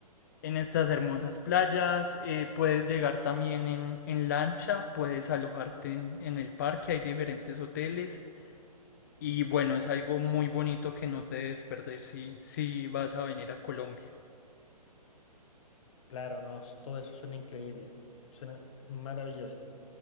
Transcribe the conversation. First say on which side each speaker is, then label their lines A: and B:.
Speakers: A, on the left (about 30°); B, on the left (about 50°).
A: en estas hermosas playas, eh, puedes llegar también en, en lancha, puedes alojarte en, en el parque, hay diferentes hoteles y bueno, es algo muy bonito que no te debes perder si, si vas a venir a Colombia.
B: Claro, no, s- todo eso suena increíble, suena maravilloso.